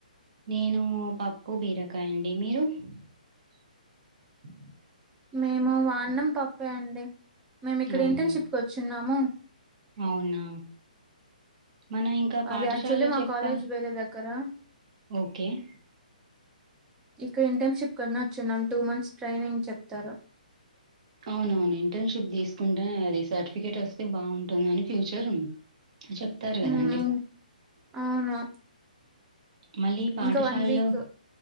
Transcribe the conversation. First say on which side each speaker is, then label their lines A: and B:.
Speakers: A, on the right; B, on the right.
A: నేను పా పప్పు బీరకాయ అండి మీరు <inaudible>
B: మేము అన్నం పప్పే అండి. మేము ఇక్కడ
A: అవును
B: ఇంటర్న్షిప్ క వచ్చినాము.
A: అవునా మన ఇంకా
B: అది
A: పాఠశాల్లో
B: యాక్చువల్లీ మా
A: చెప్పాలి
B: కాలేజ్ వేరే దగ్గర
A: ఓకే <inaudible>
B: ఇక ఇంటర్న్షిప్ కన్నా వచ్చున్నాం టూ మంత్స్ ట్రైనింగ్ చెప్తారు.
A: అవునవును ఇంటర్న్షిప్ తీసుకుంటే అది సర్టిఫికెట్ వస్తే బాగుంటుంది అని ఫ్యూచర్ ఉ చెప్తారు కదాండి.
B: మ్మ్ ఇం అవును
A: మళ్ళీ పాఠశాలలో
B: ఇంకా వన్ వీక్